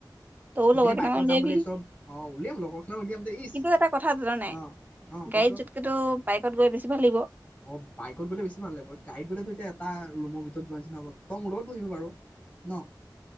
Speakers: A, on the right; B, on the left.
A: তয়ো লগৰ
B: গোটেই
A: কেইটামান
B: বাইকত
A: উলিয়াবি।
B: যাম বুলি ভাবিছ অ উলিয়াম লগৰখিনিক উলিয়াম দে ইচ
A: কিন্তু এটা কথা জান' নাই
B: অ অ কচোন
A: গাড়ীত যতকেতো বাইকত গৈ বেছি ভাল লাগিব।
B: অ বাইকত গ'লে বেছি ভাল লাগিব। গাড়ীত গ'লে ত এতিয়া এটা ৰুমৰ ভিতৰত যোৱাৰ নিচিনা হ'ব, তই মোৰ লগত বহিবি বাৰু, ন!